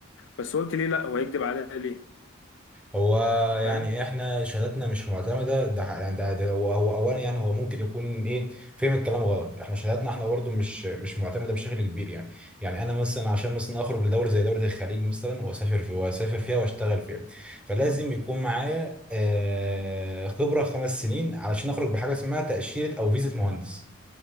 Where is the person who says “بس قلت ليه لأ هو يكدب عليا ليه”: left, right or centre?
Left